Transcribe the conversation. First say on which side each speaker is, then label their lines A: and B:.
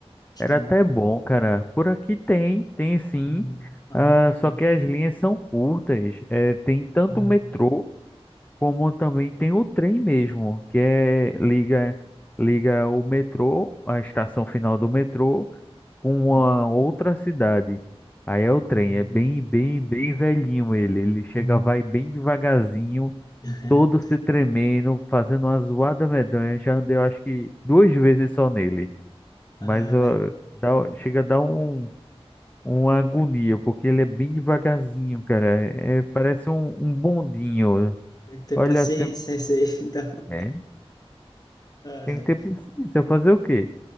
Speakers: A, on the left; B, on the left.
A: Acho
B: era
A: que não.
B: até bom, cara. Por aqui tem, tem sim.
A: Uhum. Ah,
B: Ah, só
A: tá.
B: que as linhas são curtas. É, tem tanto
A: Ah,
B: o metrô como também tem o trem mesmo, que é liga liga o metrô, a estação final do metrô com
A: uhum.
B: uma outra cidade. Aí é o trem,
A: Uhum.
B: é bem, bem, bem velhinho ele. Ele chega,
A: Uhum.
B: vai bem devagarzinho,
A: <laughs>
B: todo se tremendo, fazendo uma zoada medonha. Já andei, eu acho que duas vezes só nele. Mas
A: Ah,
B: ó,
A: mas
B: dá- chega a dar um, uma agonia, porque ele é bem devagarzinho, cara. É, parece um, um bondinho.
A: tem que ter
B: Olha
A: paciência
B: assim,
A: isso aí, <laughs> então.
B: é,
A: Ah,
B: tem que ter paciência, fazer o quê?